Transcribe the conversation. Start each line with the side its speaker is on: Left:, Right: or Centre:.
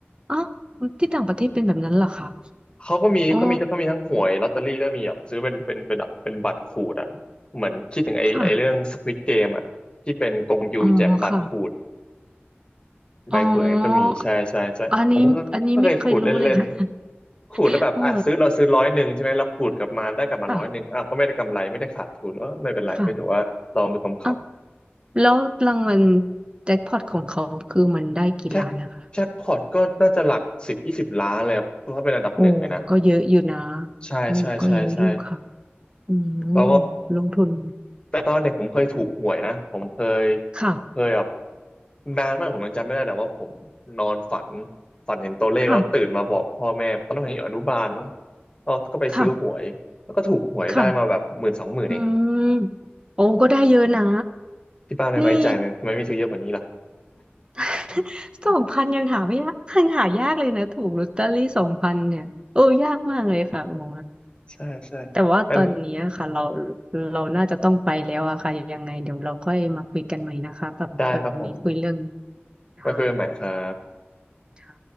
Right: อ๋อที่ต่างประเทศเป็นแบบนั้นเหรอคะ
Left: เขาก็มีเขามีเขามีทั้งหวยลอตเตอรี่ก็มีแบบซื้อเป็นเป็นเป็นแบบเป็นบัตรขูดอ่ะเหมือนคิดถึงไอ้ไอ้เรื่อง
Right: อ๋อค่ะ
Left: Squid Game อ่ะที่เป็นกงยูแจกบัตรขูด
Right: อ๋อค่ะ
Left: ใบหวยก็มี
Right: อ๋อ
Left: ใช่ใช่ใช่ผมก็ก็เคยขูดเล่นๆ
Right: อันนี้อันนี้ไม่เคยรู้เลยค่ะ
Left: ขูดแล้วแบบอ่ะซื้อเราซื้อร้อยหนึ่งใช่ไหมเราขูดกลับมาได้กลับมาร้อยหนึ่งอ่ะก็ไม่ได้กำไรไม่ได้ขาดทุนว่าไม่เป็นไรก็ถือว่าลองดูคำ
Right: <laughs> อ๋อค่ะค่ะอ่ะแล้วรางวัลแจ็คพอตของเขาคือมันได้กี่ล้านนะคะ
Left: ๆแจ็คแจ็คพอตก็น่าจะหลักสิบยี่สิบล้านเลยครับถ้าเป็นอันดับหนึ่งเลยนะ
Right: โอ้ก็เยอะอยู่นะ
Left: ใช่ใช่ใช่ใช่
Right: โอ้ก็เยอะอยู่ค่ะอืม
Left: แล้วก็
Right: ลงทุน
Left: แต่ตอนเด็กผมเคยถูกหวยนะ ผมเคย
Right: ค่ะ
Left: เคยแบบนานมากผมยังจำไม่ได้แต่ว่าผมนอนฝันฝันเห็นตัวเลขแล้วตื่นมาบอกพ่อแม่ตอนนั้นผมอยู่อนุบาลมั้ง
Right: ค่ะ
Left: ก็ก็ไปซื้อหวยแล้วก็ถูกหวยได้มาแบบหมื่นสองหมื่นเอง
Right: ค่ะ ค่ะ อืมโอ้ก็ได้เยอะนะ
Left: ที่ป้าไม่ไว้ใจไหมทำไมไม่ซื้อเยอะกว่านี้ล่ะ
Right: นี่ <laughs> สองพันยังหาไม่ยากยังหายากเลยนะถูกลอตเตอรี่สองพันเนี่ย โอ้ยากมากเลยค่ะโอ้โ
Left: <laughs> ใช่ใช่
Right: แต่ว่าตอนนี้อะค่ะเรา
Left: มัน
Right: เราน่าจะต้องไปแล้วอะค่ะ ยังไงเดี๋ยวเราค่อยมาคุยกันใหม่นะคะแบบวันนี้คุยเรื่อง
Left: ได้ครับผม
Right: ค่
Left: ไว้คุยกันใหม่ครับ
Right: ะ